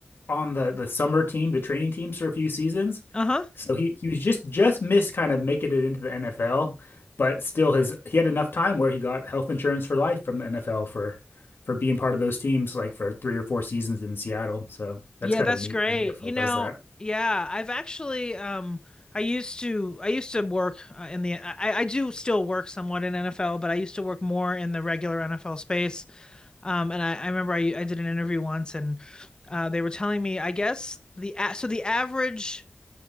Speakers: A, on the left; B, on the left.
A: on the the summer team, the training teams for a few seasons.
B: uh huh.
A: So he he was just just missed kind of making it into the NFL, but still his he had enough time where he got health insurance for life from the NFL for for being part of those teams, like for three or four seasons in Seattle. So
B: Yeah,
A: that's kind
B: that's
A: of neat.
B: great.
A: NFL
B: You
A: does
B: know,
A: that.
B: yeah, I've actually, um, I used to, I used to work uh, in the, I, I do still work somewhat in NFL, but I used to work more in the regular NFL space. Um, and I, I remember I, I did an interview once and uh, they were telling me, I guess the, so the average